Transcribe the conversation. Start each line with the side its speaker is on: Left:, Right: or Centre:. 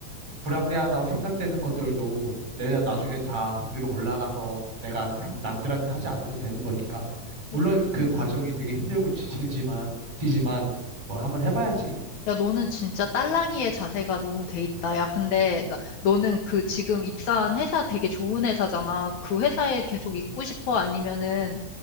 Right: 불합리하다고 생각되는 것들도 내가 나중에 다 위로 올라가서 내가 단- 남들한테 하지 않으면 되는 거니까. 물론
Left: 예.
Right: 그 과정이
Left: 음.
Right: 되게 힘들고 지칠지만 지만 뭐 한번 해봐야지.
Left: 야, 너는 진짜 딸랑이의 자세가 너무 돼 있다. 야, 근데 나- 너는 그 지금 입사한 회사 되게 좋은 회사잖아. 그 회사에 계속 있고 싶어? 아니면은